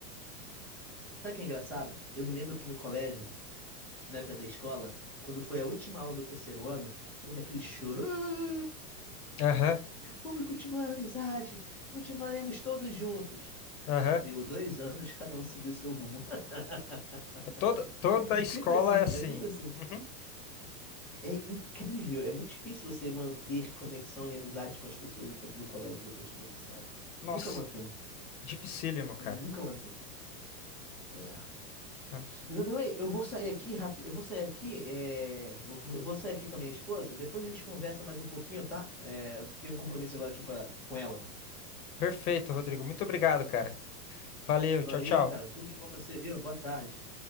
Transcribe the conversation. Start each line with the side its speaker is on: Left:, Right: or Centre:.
Centre: sabe o que é engraçado? Eu me lembro que no colégio, na época da escola, quando foi a última aula do terceiro ano, teve aquele choro. "Ah,
Left: Aham,
Centre: Vamos continuar a amizade, continuaremos todos juntos.
Left: aham.
Centre: Deu dois anos, cada um seguiu seu rumo. <laughs>
Left: É Toda, toda
Centre: É
Left: a escola
Centre: sempre assim,
Left: é assim.
Centre: é sempre assim.
Left: Uhum.
Centre: É incrível, é muito difícil você manter conexão e amizade com as pessoas do tempo do colégio depois que você sai.
Left: Nossa,
Centre: Nunca mantém,
Left: dificílimo, cara.
Centre: nunca mantém. É.
Left: Ah,
Centre: Zanderlei, eu vou sair aqui rápido. Eu vou sair aqui. é, Eu vou eu vou sair aqui com a minha esposa. Depois a gente conversa mais um pouquinho, tá? É, Eu tenho um compromisso agora aqui pra... com ela.
Left: Perfeito, Rodrigo. Muito obrigado, cara. Valeu,
Centre: Valeu,
Left: tchau, tchau.
Centre: cara. Tudo de bom pra você, viu? Boa tarde.